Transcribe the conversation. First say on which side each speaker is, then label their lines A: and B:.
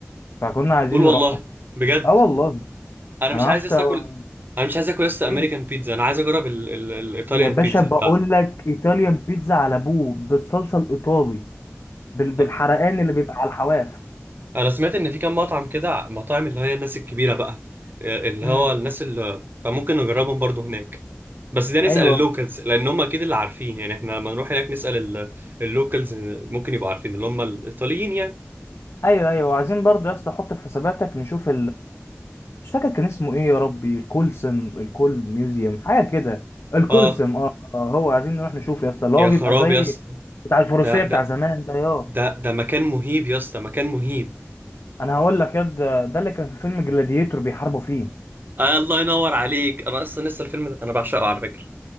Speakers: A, on the left; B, on the right.
A: فكنا عايزين
B: قول
A: نروحهم
B: والله بجد
A: أه والله
B: انا
A: أنا
B: مش
A: معرفش
B: عايز لسه
A: تا-
B: اكل انا مش عايز اكل لسه امريكان
A: إيه
B: بيتزا انا عايز اجرب ال... ال... الايطاليان
A: يا باشا
B: بيتزا
A: بقول
B: ف
A: لك إيطاليان بيتزا على أبوه بالصلصة الإيطالي بال... بالحرقان
B: ف-
A: اللي بيبقى على الحواف
B: انا سمعت ان في كام مطعم كده مطاعم اللي هي الناس الكبيره بقى آه، اللي
A: امم
B: هو الناس اللي فممكن نجربهم برضو هناك بس ده نسال
A: أيوه
B: اللوكالز لان هم اكيد اللي عارفين يعني احنا لما نروح هناك نسال اللوكالز ممكن يبقوا عارفين اللي هم الايطاليين يعني
A: أيوه أيوه وعايزين برضو يا اسطى حط في حساباتك نشوف مش فاكر كان اسمه ايه يا ربي الكولسم الكول ميوزيوم حاجه كده الكولسم
B: اه
A: اه آه، هو عايزين نروح نشوفه يا اسطى اللي
B: يا
A: هو بيبقى
B: خراب
A: زي
B: يا اسطى
A: بتاع الفروسيه
B: ده ده
A: بتاع زمان ده يا
B: ده ده مكان مهيب يا اسطى مكان مهيب
A: انا هقول لك يا ده, ده اللي كان في فيلم جلاديتور بيحاربوا فيه
B: آه الله ينور عليك انا اصلا لسه الفيلم ده انا بعشقه على فكره